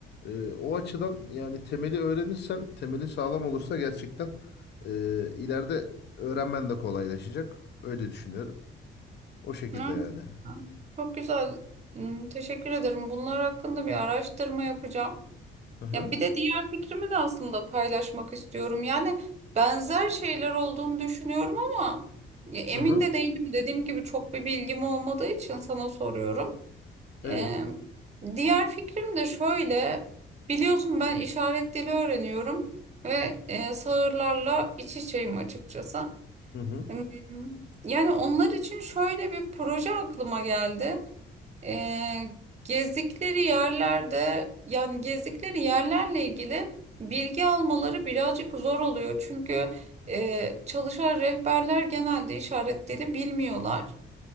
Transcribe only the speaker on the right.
Evet.
Çok güzel. Hı, Teşekkür ederim. Bunlar hakkında bir araştırma yapacağım.
Ya bir de diğer fikrimi de aslında paylaşmak istiyorum. Yani benzer şeyler olduğunu düşünüyorum ama ya emin
de değilim. Dediğim gibi çok bir bilgim olmadığı için sana soruyorum.
Ee, diğer fikrim de şöyle. Biliyorsun ben işaret dili öğreniyorum ve e, sağırlarla iç içeyim açıkçası.
Hmm, Yani onlar için şöyle bir proje aklıma geldi. Ee, gezdikleri yerlerde yani gezdikleri yerlerle ilgili bilgi almaları birazcık zor oluyor. Çünkü e, çalışan rehberler genelde işaret dili bilmiyorlar.